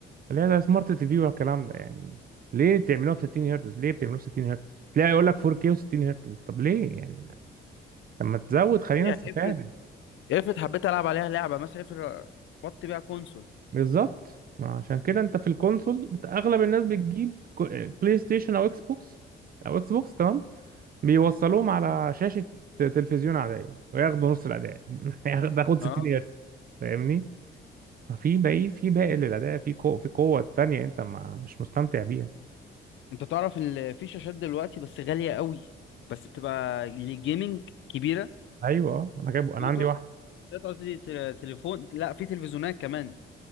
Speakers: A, on the right (about 45°); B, on the left (about 70°).
A: اللي هي زي سمارت تي في والكلام ده يعني ليه بتعملوها ب 60 هرتز ليه بتعملوها 60 هرتز تلاقي يقول لك 4K و60 هرتز طب ليه يعني طب ما تزود خلينا
B: يعني
A: نستفاد
B: افرض افرض حبيت العب عليها لعبه مثلا افرض ربطت بيها كونسول
A: بالظبط ما عشان كده انت في الكونسول انت اغلب الناس بتجيب كو- بلاي ستيشن او اكس بوكس او اكس بوكس تمام بيوصلوهم على شاشة تلفزيون عادية وياخدوا نص الأداء <laughs> ياخد- تاخد 60
B: اه
A: قرش فاهمني؟ ففي باقي في باقي للأداء في قوة في قوة تانية أنت ما مش مستمتع بيها
B: انت تعرف ان في شاشات دلوقتي بس غاليه قوي بس بتبقى للجيمنج كبيره
A: أيوه آه. أنا جايبه أنا
B: كمبيوتر
A: عندي واحد
B: شاشات قصدي تل- تليفون لا في تلفزيونات كمان